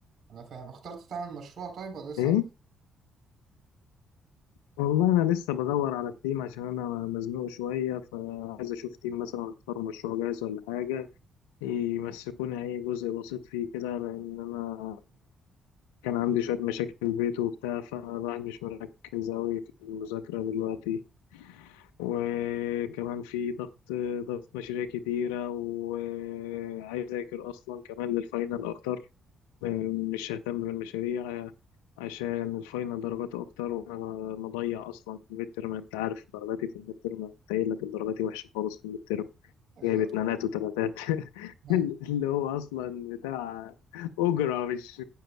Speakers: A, on the right (about 55°); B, on the left (about 80°).
A: انا فاهم اخترت تعمل مشروع طيب ولا لسه
B: إيه؟ والله أنا لسه بدور على التيم عشان أنا مزنوق شوية فعايز أشوف تيم مثلا أختار مشروع جاهز ولا حاجة يمسكوني أي جزء بسيط فيه كده لأن أنا كان عندي شوية مشاكل في البيت وبتاع فالواحد مش مركز أوي في المذاكرة دلوقتي وكمان في ضغط ضغط مشاريع كتيرة وعايز أذاكر أصلا كمان للفاينل أكتر مش ههتم بالمشاريع عشان الفاينل درجاته أكتر وأنا مضيع أصلا في الميد تيرم أنت عارف درجاتي في الميد تيرم قليلة درجاتي وحشة خالص في الميد ترم.
A: ايوه
B: جايب اتنينات وتلاتات
A: ايوه
B: <laughs> اللي هو اصلا بتاع اجره مش